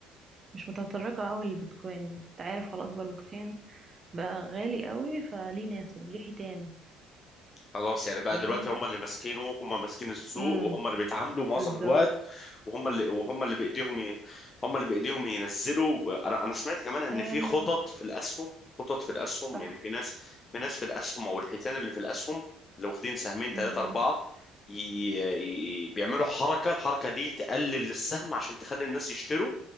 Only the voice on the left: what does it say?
خلاص يعني بقى
دلوقتي هم اللي ماسكينه هم ماسكين السوق
وهم اللي بيتعاملوا معظم
الوقت وهم اللي وهم اللي بايديهم ي... هم اللي بايديهم ينزلوا انا انا سمعت كمان ان
في خطط في الاسهم خطط في الاسهم
يعني في ناس في ناس في الاسهم او الحيتان اللي في الاسهم اللي واخدين سهمين ثلاثة
أربعة ي... ي... بيعملوا حركة الحركة دي تقلل السهم عشان تخلي الناس يشتروا